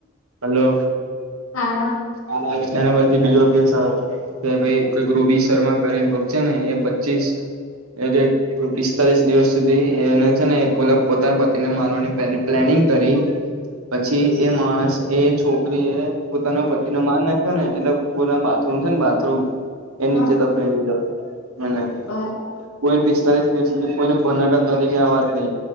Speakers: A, on the right; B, on the left.
A: <unintelligible> <unintelligible> હલો
B: હા
A: <unintelligible> એના પછી બીજો કેસ આયો કે ભાઈ કોઈક રૂબી શર્મા કરી ને કો છે ને એ પચીસ એ પિસ્તાલીસ દિવસ સુધી એને છે ને પેલા પોતાના પતિને મારવાની પ્લા પ્લાનિંગ કરી
B: બરાબર
A: પછી એ માણસ એ છોકરી એ પોતાના પતિને માર નાખ ને એટલે બુના બાથરૂમ છે ને બાથરૂમ એન
B: હા
A: નીચે દફનાઈ દીધો. અને
B: બરા
A: કોઈ પિસ્તાલીસ દિવસ સુધી કોઈને ભનક જ નતી કે આ વાત નઈ.